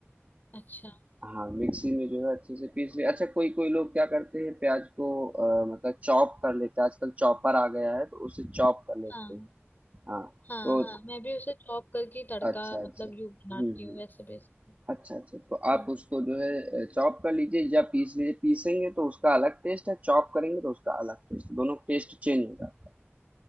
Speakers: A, on the left (about 40°); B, on the right (about 30°).
A: अच्छा
B: हाँ मिक्सी में जो है अच्छे से पीस लिया अच्छा कोई कोई लोग क्या करते हैं प्याज को अ, मतलब चॉप कर लेते हैं आजकल चॉपर आ गया है तो उसे चॉप कर लेते
A: हाँ
B: हैं हाँ
A: हाँ
B: तो
A: हाँ मैं भी उसे चॉप करके तड़का
B: अच्छा
A: मतलब
B: अच्छा हम्म
A: यूं बनाती हूँ
B: हम्म
A: वैसे बेसिकली
B: अच्छा अच्छा तो
A: हम्म
B: आप उसको जो है चॉप कर लीजिए या पीस लीजिए पीसेंगे तो उसका अलग टेस्ट है चॉप करेंगे तो उसका अलग टेस्ट दोनों टेस्ट चेंज हो जाता